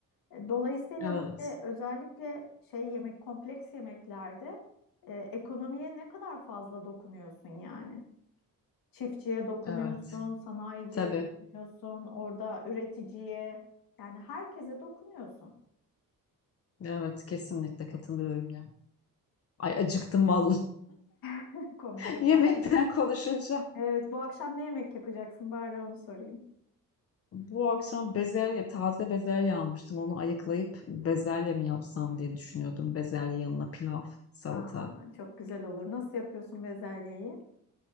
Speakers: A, on the left (about 75°); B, on the left (about 40°).
A: E, Dolayısıyla
B: Evet,
A: böyle özellikle şey yemek kompleks yemeklerde e, ekonomiye ne kadar fazla dokunuyorsun yani. Çiftçiye dokunuyorsun,
B: evet.
A: sanayiciye
B: Tabii.
A: dokunuyorsun, orada üreticiye yani herkese dokunuyorsun
B: Evet, kesinlikle katılıyorum ya. Ay acıktım vallahi.
A: <laughs> konuşurken
B: <laughs> Yemekten
A: acıktım.
B: konuşunca.
A: Evet, bu akşam ne yemek yapacaksın? Bari onu sorayım.
B: Bu akşam bezelye, taze bezelye almıştım. Onu ayıklayıp bezelye mi yapsam diye düşünüyordum. Bezelye yanına pilav, salata,
A: Aa, çok güzel olur. Nasıl yapıyorsun bezelyeyi?